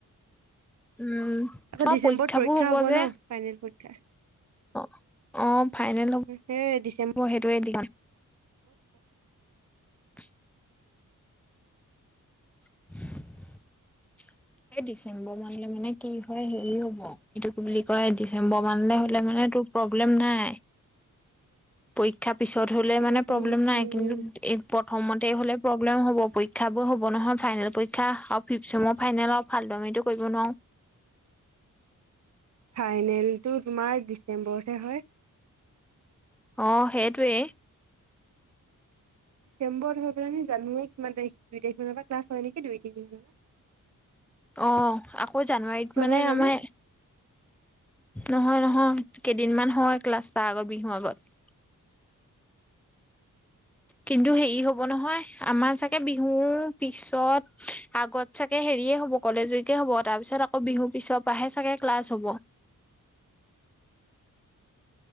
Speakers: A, in the centre; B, on the right.
A: উম
B: আকৌ
A: তোমাৰ
B: ডিচেম্বৰত
A: পৰীক্ষাবোৰ
B: পৰীক্ষা
A: হব যে
B: ন ফাইনেল পৰীক্ষা।
A: অ অ ফাইনেল হ'ব'
B: সেই ডিচেম্বৰ
A: সেইটোৱে দি কাম <unintelligible> <inaudible> <unintelligible> <inaudible> এই ডিচেম্বৰ মানলে মানে কি হয় হেৰি হব এইটো কি বুলি কয় ডিচেম্বৰ মানলে হলে মানে তোৰ প্ৰব্লেম নাই। পৰীক্ষা পিছত হ'লে মানে
B: উম
A: প্ৰব্লেম নাই
B: উম
A: কিন্তু এই প্ৰথমত তে হ'লে প্ৰব্লেম হ'ব, পৰীক্ষাবোৰ হ'ব নহয় ফাইনেল পৰীক্ষা আৰু ফিফ্থ চছেমৰ ফাইনেল হব। ফালটোৱামিটো কৰিব নোৱাৰো।
B: ফাইনেলটো তোমাৰ ডিচেম্বৰতহে হয়।
A: অ সেইটোৱেই।
B: ডিচেম্বৰত হৈ পেলাইনি জানুৱাৰীত কিমান তাৰিখ দুই তাৰিখ মানৰ পৰা ক্লাছ হয় নিকি দুই তিনিদিন
A: অ আকৌ জানুৱাৰীত মানে
B: হয়
A: আমাৰ
B: জানো
A: নহয় নহয় কেইদিনমান হয় ক্লাছ তাৰ আগত বিহুৰ আগত। কিন্তু হেৰি হব নহয় আমাৰ চাগে বিহুৰ পিছত আগত চাগে হেৰিয়ে হব কলেজ উইকে হব তাৰ পিছত আকৌ বিহুৰ পিছৰ পাহে চাগে ক্লাছ হব।